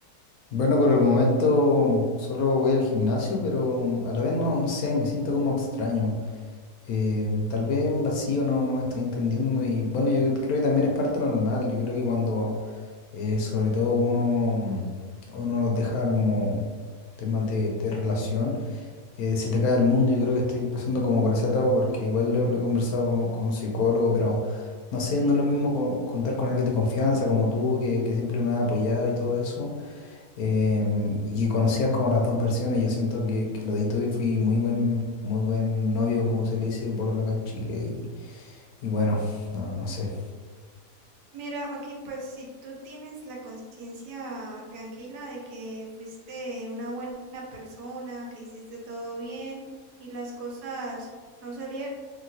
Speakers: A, on the left; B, on the right.
A: Bueno, por el momento solo voy al gimnasio, pero a la vez no, no sé, me siento como extraño. Eh, tal vez un vacío, no, no me estoy entendiendo y bueno, yo creo que también es parte normal, yo creo que cuando eh, sobre todo uno, uno deja como temas de, de relación, eh, se te cae el mundo, yo creo que estoy pasando como por esa etapa porque igual lo, lo he conversado con un, con un psicólogo, pero no sé, no es lo mismo co- contar con alguien de confianza como tú, que, que siempre me ha apoyado y todo eso em, y que conocías como las dos versiones. Yo siento que, que lo di todo y fui muy buen, muy buen novio, como se le dice, polola acá en Chile. Y, y bueno, no, no sé.
B: Mira, Joaquín, pues si tú tienes la conciencia tranquila de que fuiste una buena persona, que hiciste todo bien y las cosas no salieron,